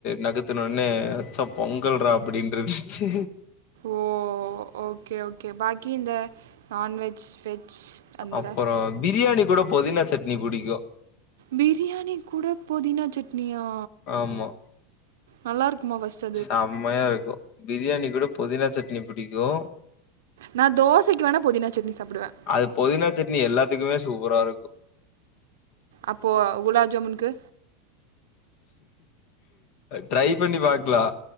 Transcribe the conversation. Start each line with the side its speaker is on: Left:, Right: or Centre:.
Left: நகுத்துனோனே சப் பொங்கல் ரா அப்டின்ருந்துச்சு
Right: ஓ ஓகே ஓகே பாக்கி இந்த நான்வெஜ் வெஜ் அந்த
Left: அப்பறோ பிரியாணி கூட பொதினா சட்னி புடிக்கு
Right: பிரியாணி கூட போதினா சட்னியா
Left: ஆமா
Right: நல்லாக்குமா ஃபஸ்ட்
Left: செம்மையா இருக்கும் பிரியாணி கூட பொதினா சட்னி பிடிக்கும்
Right: நா தோசைக்கு வேணா பொதினா சட்னி சாப்டுவேன்
Left: அது பொதினா சட்னி எல்லாத்துக்குமே சூப்பரா இருக்கும்
Right: அப்போ குலாப் ஜாமுன்கு
Left: ட்ரை பண்ணி பாக்கலா